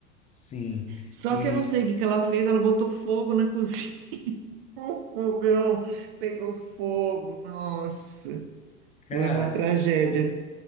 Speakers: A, on the left; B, on the right.
A: Sim.
B: Só
A: E,
B: que eu não sei o que que ela fez, ela botou fogo na cozinha. <laughs> O fogão pegou fogo. Nossa,
A: cara,
B: foi uma tragédia.